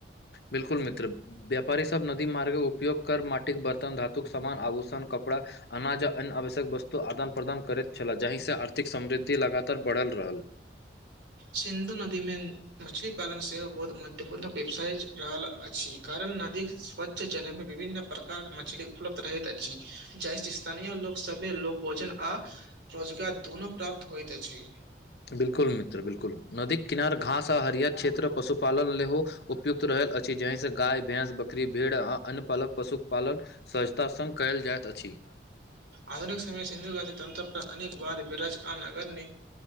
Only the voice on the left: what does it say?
बिलकुल मित्र व्यापारी सब नदी मार्ग उपयोग कर माटिक बर्तन धातुक समामान आभूषण कपड़ा अनाज आ अन्य आवश्यक वस्तु आदान प्रदान करैत छलह जहि से आर्थिक समृद्धि लगातार बढ़ल रहल
बिलकुल मित्र बिलकुल नदी किनार घास आ हरियर क्षेत्र पशुपालन लेल उपयुक्त रहल अछि जाहिसँ गाय भैंस बकरी भेड़ आ अन्न पालक पशुपालन सहजतास संग कयल जाइत अछि